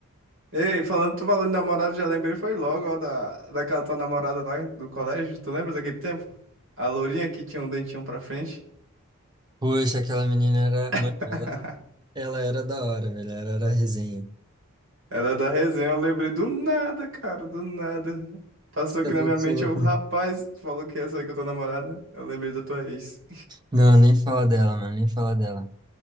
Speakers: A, on the right (about 65°); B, on the right (about 20°).
A: Ei, falando, tu falando de namorado, já lembrei, foi logo, ó, da, daquela tua namorada lá do colégio. Tu lembra daquele tempo? A lourinha que tinha um dentinho pra frente.
B: Poxa, aquela menina era. Mano,
A: <laughs>
B: ela, ela era da hora, velho. Ela era resenha.
A: Era da resenha, eu lembrei do nada, cara, do nada. Passou aqui
B: Você é louco,
A: na minha mente,
B: você é louco.
A: eu, rapaz, tu falou que ia sair com a tua namorada. Eu lembrei da tua ex.
B: Não, nem fala dela, mano, nem fala dela.